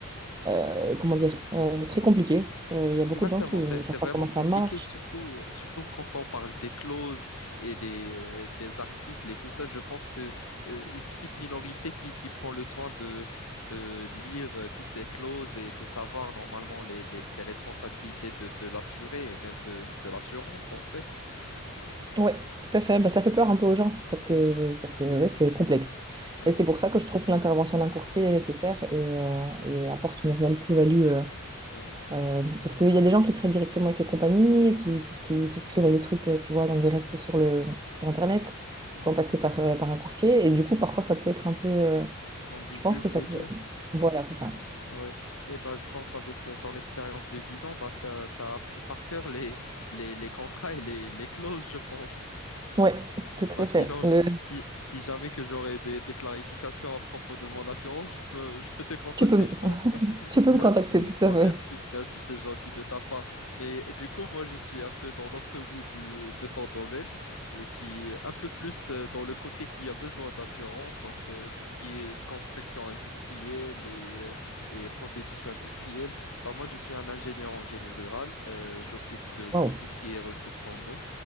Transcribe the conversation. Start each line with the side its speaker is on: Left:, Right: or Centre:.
Right: euh, comment dire, euh, très compliquée. Euh, Il y a beaucoup
Left: Exactement,
Right: de gens qui
Left: c'est
Right: ne
Left: c'est
Right: savent
Left: vraiment
Right: pas comment
Left: compliqué,
Right: ça marche.
Left: surtout, surtout quand on parle des clauses et des, euh, des articles et tout ça. Je pense que euh, une petite minorité qui, qui prend le soin de, de lire euh, toutes ces clauses et de savoir normalement les, les, les responsabilités de, de l'assuré et même de, de l'assurance, en fait.
Right: Oui, tout à fait. Bah, ça fait peur un peu aux gens parce que, parce que oui, c'est complexe.
Left: Ouais,
Right: Et c'est pour ça que je trouve que l'intervention d'un courtier est nécessaire et, euh, et apporte une réelle plus-value
Left: ouais.
Right: Euh, parce qu'il y a des gens qui traitent directement avec les compagnies, qui, qui souscrivent à des trucs, euh, tu vois, en direct sur le, sur Internet,
Left: Mhm.
Right: sans passer par, euh, par un courtier. Et du coup, parfois, ça peut être un peu... euh,
Left: Ambigu,
Right: je pense
Left: je
Right: que ça
Left: vais
Right: peut...
Left: dire.
Right: Voilà, c'est ça.
Left: Ouais. Et bah, je pense avec euh, ton expérience de 10 ans, bah, tu as, appris par cœur les, les, les contrats et les, les clauses, je pense.
Right: Oui, tout
Left: Bah
Right: à
Left: sinon,
Right: fait.
Left: je-
Right: Euh,
Left: si, si jamais que j'aurais des, des clarifications à propos de mon assurance, je peux, je peux te contacter,
Right: tu peux, me-
Left: je pense.
Right: <laughs>
Left: <laughs>
Right: tu peux me contacter, tout
Left: Bah,
Right: à fait.
Left: merci, merci, c'est gentil de ta part. Mais du coup, moi, je suis un peu dans l'autre bout du, de ton domaine. Je suis un peu plus euh, dans le côté qui a besoin d'assurance, donc euh, tout ce qui est construction industrielle et, euh, et processus industriel. Bah, moi, je suis un ingénieur en génie rural. Euh, j'occupe de,
Right: Waouh.
Left: de tout ce qui est ressources en eau.